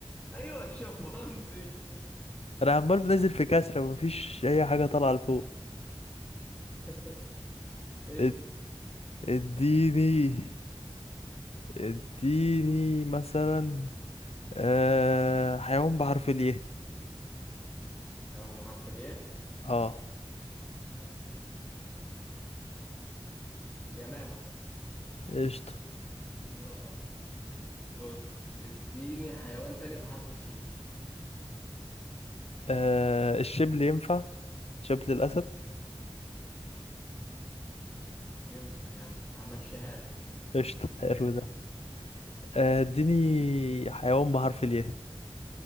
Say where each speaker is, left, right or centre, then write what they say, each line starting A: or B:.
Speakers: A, on the left (about 15°); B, on the left (about 85°).
A: ايوه الشمبانزي
B: انا عمال بنزل في كسرة مفيش اي حاجة طالعة لفوق
A: <laughs> ادي
B: اد- اديني اديني مثلا آه حيوان بحرف الياء
A: حيوان بحرف الايه
B: اه
A: <laughs> آه، يمامة
B: قشطة
A: يا بص اديني حيوان تاني بحرف الشين
B: آه الشبل ينفع شبل الأسد
A: ينفع يعني همشيها
B: قشطة حلو
A: لك
B: ده آه، اديني حيوان بحرف الياء